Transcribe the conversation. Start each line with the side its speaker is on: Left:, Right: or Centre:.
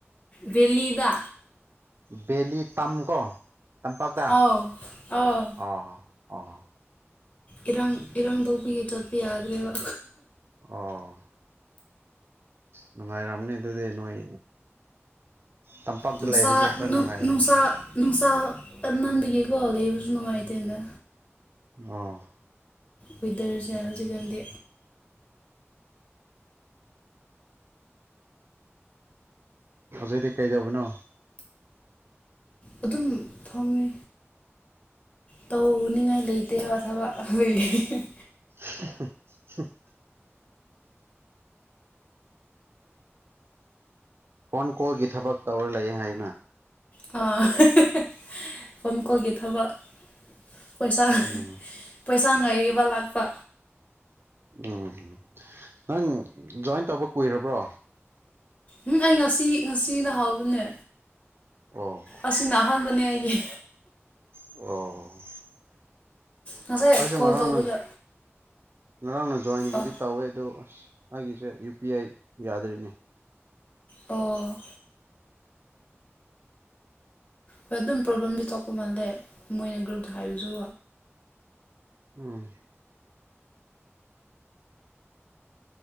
Left: ꯕꯦꯂꯤꯗꯥ꯫
Right: ꯕꯦꯂꯤ ꯇꯝꯀꯣ ꯇꯝꯄꯥꯛꯇ
Left: ꯑꯥꯎ ꯑꯥꯎ
Right: ꯑꯣ꯫ ꯑꯣ꯫
Left: ꯏꯔꯥꯡ ꯏꯔꯪ ꯇꯧꯕꯒꯤ ꯆꯠꯄ ꯌꯥꯗ꯭ꯔꯦꯕ꯫
Right: ꯑꯣ꯫ ꯅꯨꯡꯉꯥꯏꯔꯝꯅꯤ ꯑꯗꯨꯗꯤ ꯅꯣꯏ꯫ ꯇꯝꯄꯥꯛꯇ
Left: ꯅꯨꯡꯁꯥ
Right: ꯂꯩꯕꯁꯦ ꯈꯔ ꯅꯨꯡꯉꯥꯏꯔꯝ꯫
Left: ꯅꯨꯡꯁꯥ ꯅꯨꯡꯁꯥ ꯀꯟꯃꯟꯕꯒꯤꯀꯣ ꯂꯩꯕꯁꯨ ꯅꯨꯡꯉꯥꯏꯇꯦꯗ꯫
Right: ꯑꯣ꯫
Left: ꯋꯦꯗꯔꯁꯦ ꯍꯧꯖꯤꯛꯀꯥꯟꯗꯤ꯫
Right: ꯍꯧꯖꯤꯛꯇꯤ ꯀꯩꯗꯧꯕꯅꯣ꯫
Left: ꯑꯗꯨꯝ ꯐꯝꯃꯤ꯫ ꯇꯧꯅꯤꯡꯉꯥꯏ ꯂꯩꯇꯦꯕ ꯊꯕ <unintelligible>
Right: <unintelligible> ꯐꯣꯟ ꯀꯣꯜꯒꯤ ꯊꯕꯛ ꯇꯧꯔ ꯂꯩꯌꯦ ꯍꯥꯏꯌꯨꯅ꯫
Left: <unintelligible> ꯐꯣꯟ ꯀꯣꯜꯒꯤ ꯊꯕꯛ꯫ ꯄꯩꯁꯥ
Right: ꯎꯝ
Left: ꯄꯩꯁꯥ ꯉꯥꯏꯔꯤꯕ ꯂꯥꯛꯄ꯫
Right: ꯎꯝ ꯅꯪ ꯖꯣꯏꯟ ꯇꯧꯕ ꯀꯨꯏꯔꯕ꯭ꯔꯣ꯫
Left: ꯎꯝ ꯑꯩ ꯉꯁꯤ ꯉꯁꯤꯅ ꯍꯧꯕꯅꯦ꯫
Right: ꯑꯣ
Left: ꯑꯁꯤꯅ ꯑꯍꯥꯟꯕꯅꯦ ꯑꯩꯒꯤ꯫
Right: ꯑꯣ꯫
Left: ꯅꯁꯥꯏ
Right: ꯑꯩꯁꯨ
Left: ꯀꯣꯜ
Right: ꯉꯔꯥꯡꯅ
Left: ꯇꯧꯕꯗ꯫
Right: ꯉꯔꯥꯡꯅ ꯖꯣꯏꯟꯕꯨꯗꯤ
Left: ꯑ
Right: ꯇꯧꯋꯦ ꯑꯗꯣ ꯑꯁ꯫ ꯑꯩꯒꯤꯁꯦ ꯌꯨ ꯄꯤ ꯑꯥꯏ ꯌꯥꯗꯔꯤꯅꯦ <inaudible>
Left: ꯑꯣ ꯍꯣꯏ ꯑꯗꯨꯝ ꯄ꯭ꯔꯣꯕ꯭ꯂꯦꯝꯗꯤ ꯊꯣꯛꯄ ꯃꯥꯜꯂꯦ ꯃꯣꯏꯅ ꯒ꯭ꯔꯨꯞꯇ ꯍꯥꯏꯕꯁꯨ꯫
Right: ꯎꯝ꯫